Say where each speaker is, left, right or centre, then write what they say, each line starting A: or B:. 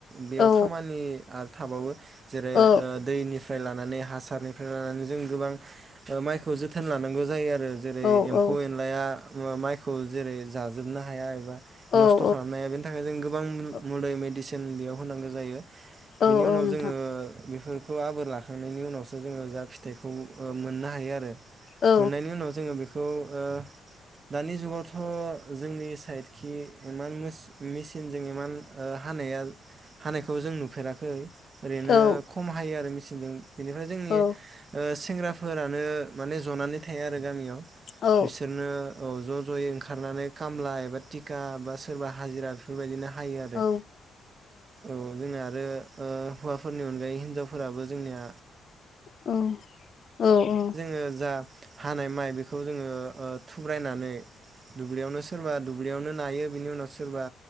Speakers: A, on the right; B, on the left.
A: बेयाव
B: औ
A: खामानि आरो थाबावो जेरै ओ
B: औ
A: दैनिफ्राय ला माने हासारनिखौ जों गोबां ओ माय थोजोब जोथोन लानांगौ जायो आरो जेरै
B: औ
A: एम्फौ
B: औ
A: एनलाया माइखौ जेरै जाजोबनो हाया एबा
B: औ
A: नस्थ' खालामनाया बेनि थाखाय जों गो बां
B: औ
A: मुलै मेडिसिन बेयाव होनांगौ जायो
B: औ
A: बेनि उनाव
B: नोंथां
A: जोङो बेफोर खौ आबोर लाखांनायनि उनावसो जोङो जा ओ फिथाइखौ मोननो हायो आरो।
B: औ
A: मोननायनि उनाव जोङो बेख खौ ओ दानि जुगावथ' जोंनि साइडखि इमान मोस मिसिनजों इमान ओ हानाया हानायखौ जों नुफेराखै। ओरैनो
B: औ
A: खम हायो आरो मिसे जों बेनिफ्राय जोंनि
B: औ
A: ओ सेंग्रा फोरानो माने ज'नानै थाया आरो गामियाव।
B: औ
A: बिसोरनो औ ज' जयै ओंखारनानै कामला एबा टिका बा सोरबा हाजिरा बेफोरबायदिनो हायो आरो
B: औ
A: औ जोंना आरो ओ हुवाफोरनि अनगायै हिनजावफोराबो जोंनिया
B: औ औ औ।
A: हो जा हानाय माइ बेखौ जोङो ओ थुब्रायनानै दुब्लियावनो सोरबा दुब्लियावनो नायो। बिनि उनाव सोरबा